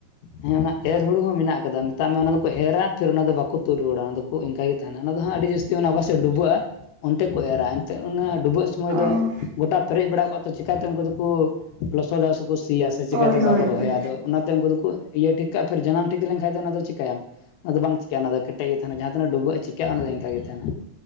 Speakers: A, on the left; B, on the right.
A: ᱦᱮᱸ ᱚᱱᱟ ᱮᱨ ᱦᱩᱲᱩ ᱦᱚᱸ ᱢᱮᱱᱟᱜ ᱟᱠᱟᱫᱟ ᱢᱮᱛᱟᱜ ᱢᱮ ᱚᱱᱟ ᱫᱚᱠᱚ ᱮᱨᱟ ᱛᱷᱤᱨ ᱚᱱᱟ ᱫᱚ ᱵᱟᱠᱚ ᱛᱩᱫ ᱨᱩᱣᱟᱹᱲᱟ ᱚᱱᱟ ᱫᱚᱠᱚ ᱤᱝᱠᱟ ᱜᱮ ᱛᱟᱦᱮᱱᱟ᱾ ᱚᱱᱟ ᱫᱚ ᱦᱟᱸᱜ ᱟᱹᱰᱤ ᱡᱟᱹᱥᱛᱤ ᱚᱱᱟ ᱚᱠᱟᱥᱮᱜ ᱰᱩᱵᱟᱹᱜᱼᱟ ᱚᱱᱛᱮ ᱠᱚ ᱮᱨᱟ ᱮᱱᱛᱮᱜ ᱚᱱᱟ ᱰᱩᱵᱟᱹᱜ ᱥᱚᱢᱚᱭ
B: ᱚ
A: ᱫᱚ ᱜᱚᱴᱟ ᱯᱮᱨᱮᱜ ᱵᱟᱲᱟ ᱠᱚᱜᱼᱟ ᱛᱚ ᱪᱮᱠᱟ ᱛᱮ ᱩᱱᱠᱩ ᱫᱚᱠᱚ ᱞᱚᱥᱚᱫᱟ ᱥᱮᱠᱚ ᱥᱤᱭᱟ ᱥᱮ ᱥᱮ ᱪᱮᱠᱟ
B: ᱦᱳᱭ
A: ᱛᱮ ᱚᱱᱠᱟ
B: ᱦᱳᱭ
A: ᱠᱚ
B: ᱦᱳᱭ
A: ᱨᱚᱦᱚᱭᱟ ᱟᱫᱚ ᱚᱱᱟᱛᱮ ᱩᱱᱠᱩ ᱫᱚᱠᱚ ᱤᱭᱟᱹ ᱴᱷᱤᱠ ᱠᱟᱜᱼᱟ ᱯᱷᱮᱨ ᱡᱟᱱᱟᱢ ᱴᱷᱤᱠ ᱞᱮᱱ ᱠᱷᱟᱭ ᱫᱚ ᱚᱱᱟ ᱫᱚ ᱪᱤᱠᱟᱹᱭᱟᱢ ᱟᱫᱚ ᱵᱟᱝ ᱪᱤᱠᱟᱹᱜᱼᱟ ᱚᱱᱟ ᱫᱚ ᱠᱮᱴᱮᱜ ᱜᱮ ᱛᱟᱦᱮᱱᱟ ᱡᱟᱦᱟᱸ ᱛᱤᱱᱟᱹᱜ ᱰᱩᱵᱟᱹᱜ ᱪᱤᱠᱟᱹᱜᱼᱟ ᱚᱱᱟ ᱫᱚ ᱤᱱᱠᱟᱹᱜᱮ ᱛᱟᱦᱮᱱᱟ᱾